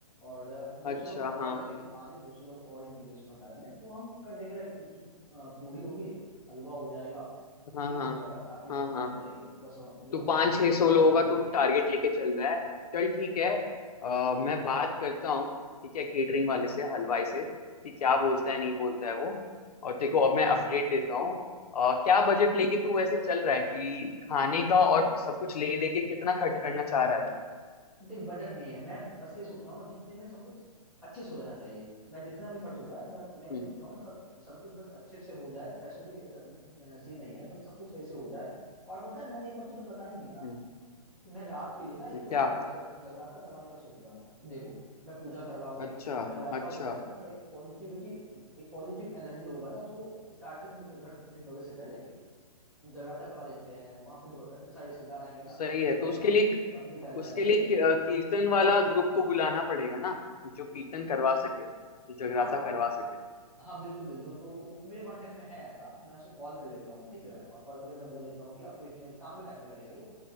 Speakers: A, in the centre; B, on the left.
A: और दो
B: अच्छा
A: सौ लोग और
B: हाँ
A: ही लगेंगे मान ले दो सौ लोग और ही होंगे उस भंडारा में तो हम कर देंगे लाइक उसमें अ, पूरी होगी हलवा हो जाएगा और
B: हाँ
A: खीर
B: हाँ
A: हो जाएगा साथ में एक
B: हाँ
A: सब्जी
B: हाँ
A: हो जाएगी बस हम वो
B: तो पाँच छह सोलो
A: भंडारा
B: होगा
A: में भेज
B: तो
A: देंगे
B: टारगेट लेके चल रहा है चल ठीक है अ, मैं बात करता हूँ ठीक है केटरिंग वाले से हलवाई से कि क्या बोलता है नहीं बोलता है वो और देखो अब मैं अपडेट देता हूँ अ, क्या बजट लेके तू वैसे चल रहा है कि खाने का और सब कुछ ले लेके कितना खर्च करना चाह रहा है तू
A: देख बजट नहीं है मैं बस ये सोच रहा हूँ ना जितने में सब कुछ अच्छे से हो जाना चाहिए मैं जितना भी खर्च हो जाए मैं मैं ये
B: हम्म
A: सोच रहा हूँ ना सब सब कुछ बस अच्छे से हो जाए पैसों की ऐसा अ, सीन नहीं है बट सब कुछ सही से हो जाए और पता है मैंने एक बात तुझे बताई नहीं ना
B: हम्म,
A: कि मैं रात के लिए ना एक
B: क्या
A: वो जगरा जगराता करवाने का सोच रहा हूँ कि देखो मैं पूजा करवा रहा हूँ
B: अच्छा
A: एक जगराता
B: अच्छा
A: हो जाएगा ना तो एक पॉजिटिविटी एक पॉजिटिव एनर्जी होगा ना तो वो स्टार्टिंग में घर गृह प्रवेश से पहले जगराता करवा देते हैं वहां पे देखो इतने सारे रिश्तेदार आएंगे ना
B: सही
A: तो सबका
B: है तो
A: थोड़ा
B: उसके
A: सा
B: लिए
A: मन भी बहल जाएगा
B: उसके लिए क- अ, कीर्तन वाला ग्रुप को बुलाना पड़ेगा ना जो कीर्तन करवा सके जो जगराता
A: हाँ
B: करवा सके
A: हाँ बिल्कुल बिल्कुल तो मेरे कांटेक्ट में है ऐसा तो मैं उसे कॉल कर लेता हूँ ठीक है और कॉल करके मैं बोल देता हूँ कि आपको इतने शाम के टाइम में करेंगे वो